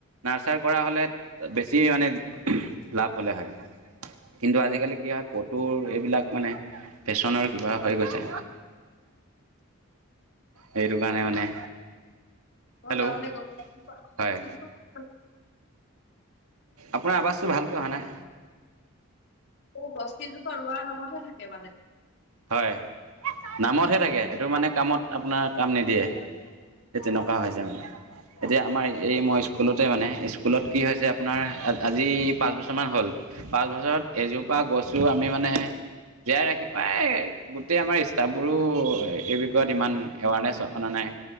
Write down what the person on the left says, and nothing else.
<inaudible>
অ',
তাৰ মানে <unintelligible>
এই গছ কেইজোপা ৰোৱাৰ সময়তহে থাকে মানে।
অ